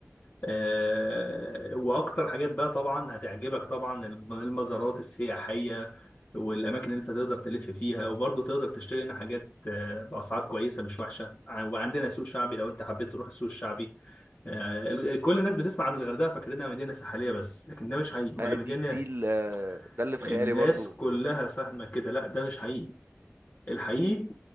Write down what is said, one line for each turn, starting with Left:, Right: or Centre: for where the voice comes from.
Left: آه، واكتر حاجات بقى طبعا هتعجبك طبعا المزارات السياحيه والاماكن اللي انت تقدر تلف فيها وبرضه تقدر تشتري هنا حاجات آه، باسعار كويسه مش وحشه ع- وعندنا سوق شعبي لو انت حبيت تروح السوق الشعبي آه، ال- كل الناس بتسمع عن الغردقه فاكرينها مدينه ساحليه بس لكن ده مش حقيقي ولا
Right: آه، دي
Left: مدينه
Right: دي
Left: ناس
Right: ال- آه، ده اللي في
Left: الناس
Right: خيالي برضو
Left: كلها فاهمه كده لا ده مش حقيقي الحقيقي